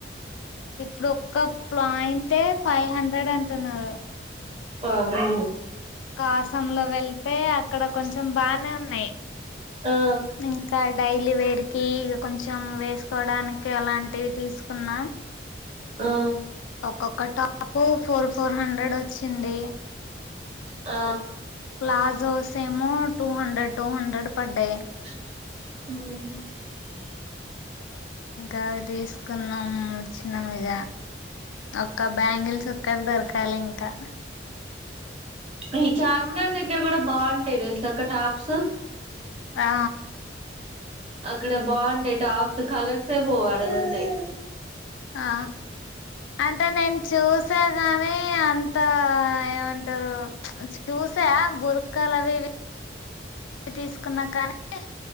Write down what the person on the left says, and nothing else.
ఇప్పుడు ఒక్క ప్లాయింటే ఫైవ్ హండ్రెడ్ అంటున్నారు
కాసాం లో వెళ్తే అక్కడ కొంచెం బానే ఉన్నాయి
ఇంకా డైలీ వేర్కి ఇగ కొంచెం వేస్ సొడానికి ఎలాంటివి తీసుకున్నా
ఒక్కొక్క ట ఆ పో ఫోర్ ఫోర్ హండ్రెడ్ వచ్చింది
ప్లాజో సేమో టూ హండ్రెడ్ టూ హండ్రెడ్ పడ్డయి
ఇంకా అవి తీసుకున్నాం వచ్చినం ఇగ ఒక్క బ్యాంగిల్స్ ఒక్కటి దొరకాలి ఇంకా
ఆ
ఆ అంటే నేను చూసా కాని అంత ఏమంటారు చూసా బురకలవి ఇవి తీసుకున్నా కానీ